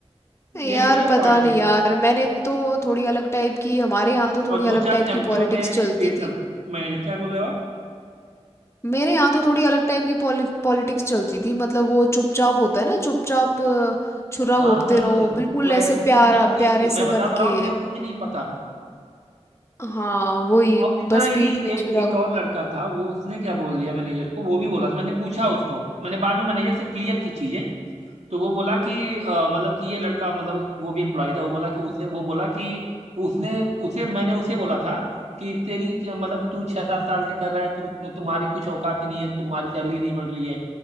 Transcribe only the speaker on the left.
यार
पता
नहीं यार मैंने तो थोड़ी अलग टाइप की हमारे यहाँ तो थोड़ी
अलग
टाइप
की पॉलिटिक्स
चलती
थी
मेरे यहाँ तो थोड़ी अलग टाइप की पॉलि पॉलिटिक्स चलती थी मतलब वो चुपचाप होता है ना चुपचाप अ, छुरा
घोंपते
रहो बिल्कुल
ऐसे प्यारा
प्यारे
से
बन
के
हाँ वही
बस
पीठ
में
छुरा
घो-